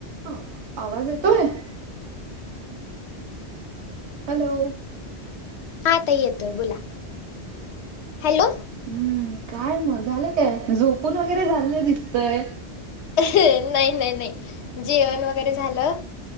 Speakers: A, on the right; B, on the left.
A: हं आवांज येतो यं हॅलो
B: हां ताई येतोय बोलां हॅलो
A: हम्मं कायं म झालं कायं झोपूंन वगैरें झालेलं दिसतंय.
B: नाहीं नाहीं नाहीं जेवणं वगैरें झालं